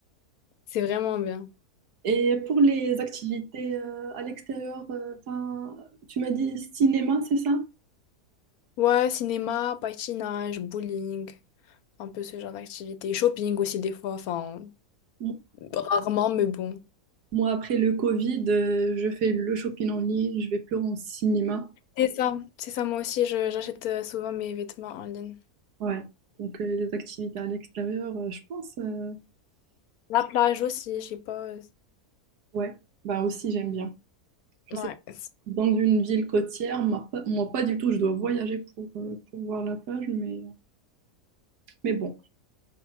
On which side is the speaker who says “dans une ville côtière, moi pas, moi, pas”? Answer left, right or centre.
Right